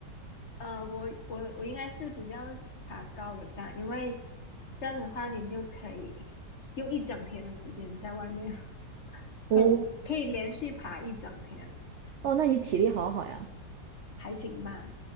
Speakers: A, on the left; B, on the right.
A: 呃，我我我应该是比较喜爬高的山，因为这样子的话，你就可以用一整天的时间在外面，<laughs> 可以可以连续爬一整天，
B: 哦哦，那你体力好好呀。
A: 还行吧？